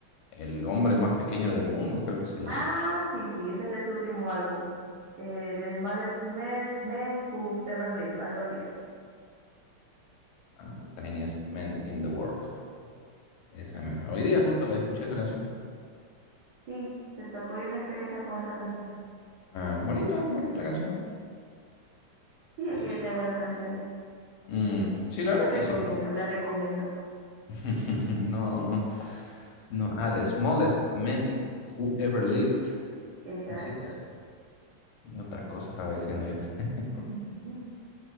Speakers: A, on the left; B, on the right.
A: el hombre más pequeño del mundo, creo que se llama.
B: Ah, sí, sí, ese es de su último álbum. Eh, The Smallest Men, Men Who've Ever Lived, algo así es.
A: Ah, The Tiniest Man in the World. Esa misma. Hoy día justo la escuché esa canción.
B: Sí, te tocó y una experiencia con esa canción.
A: Ah, bonita, bonita la canción.
B: Sí, es
A: Y,
B: que ella tiene buenas canciones.
A: mm, sí, la verdad
B: La recomiendo,
A: que sí.
B: la recomiendo.
A: <laughs> No, no, no. Ah, The Smallest Man Who Ever Lived.
B: Exacto.
A: Así se llama. Y otra cosa estaba diciendo yo. <laughs>
B: <laughs>